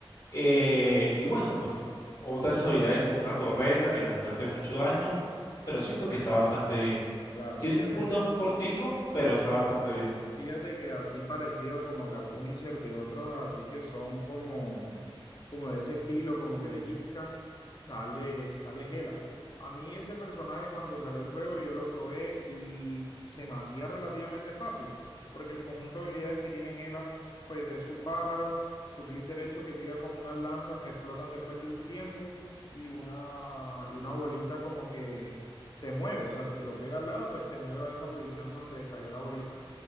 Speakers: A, on the left; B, on the left.
A: Eh, y bueno, pues otra de sus habilidades como una torreta que también hace mucho daño, pero siento que está bastante bien.
B: Claro,
A: Tiene
B: fíjate,
A: un cooldown cortico, pero está bastante bien.
B: Fíjate que así parecido como que a Punisher de otros, así que son como, como de ese estilo, como que de Hitscan, sale, sale Hela. A mí ese personaje cuando salió el juego yo lo probé y se me hacía relativamente fácil, porque el conjunto de habilidades que tiene Hela, pues es su pájaro, su clic derecho que tira como unas lanzas que explotan después de un tiempo y una, y una bolita como que te mueve, o sea, si te lo pega al lado, pues te mueve a esa posición donde cayó la bolita